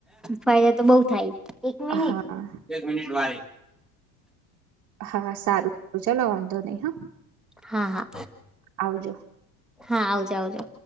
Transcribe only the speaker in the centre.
ફાયદા તો બહ થાય. એક મિનિટ
એક મિનિટ વાળી.
હા હા
હા આવજો આવજો.